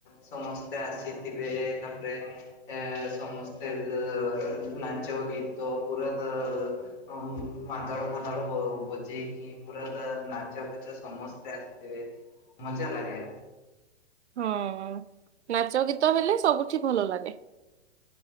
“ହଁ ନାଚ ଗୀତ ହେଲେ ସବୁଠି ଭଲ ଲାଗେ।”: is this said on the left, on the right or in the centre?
Right